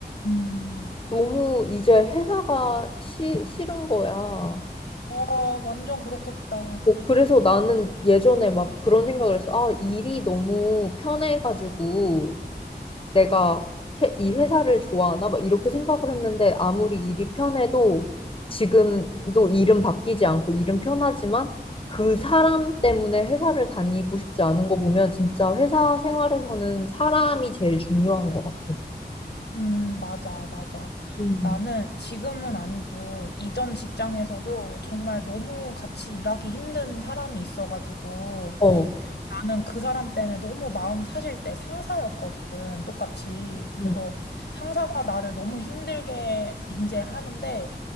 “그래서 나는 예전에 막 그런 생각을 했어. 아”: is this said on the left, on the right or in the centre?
Left